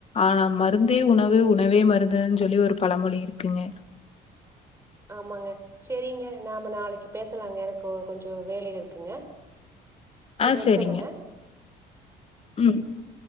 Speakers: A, on the left (about 35°); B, on the right (about 15°).
A: ஆனா மருந்தே உணவு உணவே மருந்துன்னு சொல்லி ஒரு பழமொழி இருக்குங்க
B: ஆமாங்க செரிங்க நாம நாளைக்கு பேசலாங்க எனக்கு கொஞ்சொ வேலைல இருக்குங்க சரி
A: ஆ
B: வச்சறங்க
A: செரிங்க ம்